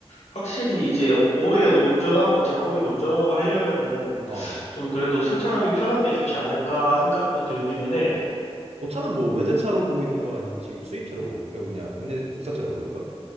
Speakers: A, on the left (about 85°); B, on the right (about 75°).
A: 확실히 이제 오래 운전하고 장거리 운전하고 하려면은
B: 어.
A: 좀 그래도 승차감이 편한 게 좋지 않을까 생각도 들기는 해.
B: 너 차는 뭐 외제차로 보고 있는 거야? 아니면 지금 수입차로 보고 있는 거야? 이거 뭐냐? 국내 국산차로 보고 있는 거야?